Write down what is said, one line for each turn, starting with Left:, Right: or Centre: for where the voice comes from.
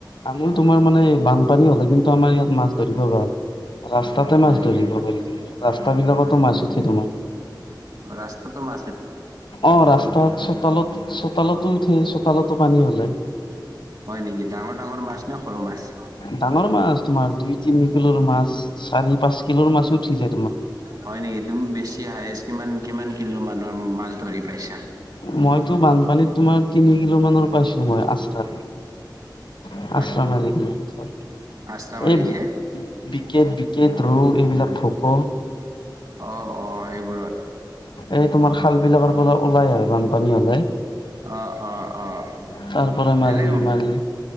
Left: আমোৰ তোমাৰ মানে বানপানী হ'লে কিন্তু আমাৰ ইয়াত মাছ ধৰিব ভাল। ৰাস্তাতে
Right: হয়
Left: মাছ
Right: নেকি
Left: ধৰিব পাৰি তোমাৰ, ৰাস্তা বিলাকতো মাছ উঠে তোমাৰ।
Right: অ', ৰাস্তাটো মা
Left: অ', ৰাস্তত চোতালত, চোতালতো উঠে চোতালত। পানী হ'লে।
Right: হয় নেকি ডাঙৰ, ডাঙৰ মাছ নে সৰু মাছ।
Left: ডাঙৰ মাছ তোমাৰ দুই তিনি কিলোৰ মাছ। চাৰি পাঁচ কিলোৰ মাছো উঠি যায় তোমাৰ
Right: হয় নেকি তুমি বেছি হায়ষ্ট কিমান, কিমান কিলো মানৰ মাছ। ধৰি পাইছা।
Left: মইতো বানপানীত তোমাৰ তিনি কিলো মানৰ পাইছো মই আচৰাত
Right: <inaudible>
Left: <unintelligible>
Right: আছলমআলিয়ে।
Left: এই বিকেট, বিকেট ৰৌ এইবিলাক ফক'।
Right: অ', অ' হেইবোৰত।
Left: এই তোমাৰ খাল বিলাকৰ পৰা ওলাই আহে বানপানী হ'লে।
Right: অ', অ', অ'
Left: তাৰ পৰা মাৰি
Right: এনে।
Left: মাৰি